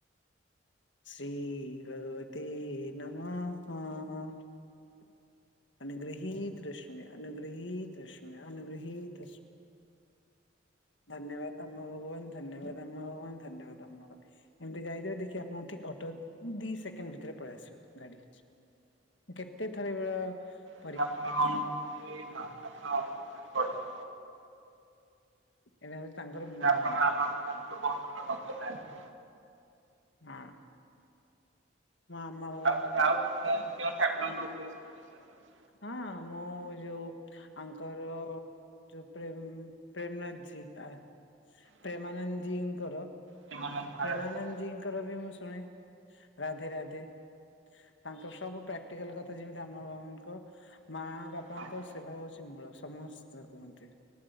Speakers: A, on the left (about 70°); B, on the right (about 80°).
A: ଶ୍ରୀ ଭଗବତେ ନମ୍ଃ। ଅନୁଗୃହୀତସ୍ମେ ଅନୁଗୃହୀତସ୍ମେ ଅନୁଗୃହୀତସ୍ମେ। ଧନ୍ୟବାଦ ଆମା ଭଗବାନ ଧନ୍ୟବାଦ ଆମା ଭଗବାନ ଧନ୍ୟବାଦ ଆମା ଭାଗବାନ। ଏମିତି ଗାଇଦେବେ ଦେଖିବେ ଆପଣଙ୍କୁ ଠିକ ଅଟୋ ଦି ସେକେଣ୍ଡ ଭିତରେ ପଳେଇ ଆସିବ ଗାଡି। କେତେ ଥର ଏଭେଳିଆ
B: <unintelligible>
A: ଏବେ ହଉଚି ତାଙ୍କର
B: ଆପଣ
A: ମୂଳ ମନ୍ତ୍ର
B: <unintelligible>
A: ହୁଁ। ମା ମର।
B: ଆ ଆଉ କେ ଠାକୁରଙ୍କ ଉପରେ ସବୁ ବିଶ୍ୱାସ ଅଛି?
A: ହଁ ମୁଁ ଯୋଉ ଆଙ୍କର ଯୋଉ ପ୍ରେ ପ୍ରେମନାଥୀ ଜି ପ୍ରେମାନନ୍ଦ
B: ଆଜ୍ଞା
A: ଜୀଙ୍କର
B: ପ୍ରେମାନନ୍ଦ
A: ପ୍ରେମାନନ୍ଦ
B: ମହାରାଜ ଜୀ।
A: ଜୀଙ୍କର ବି ମୁଁ ଶୁଣେ ରାଧେ ରାଧେ। ତାଙ୍କର ସବୁ ପ୍ରାକ୍ଟିକାଲ କଥା ଯେମିତି ଆମ ବାବାନଙ୍କ ମା ବାପାଙ୍କ
B: ହଁ ଆଜ୍ଞା।
A: ସେବା ହଉଚି ମୂଳ ସମସ୍ତେ କୁହନ୍ତି।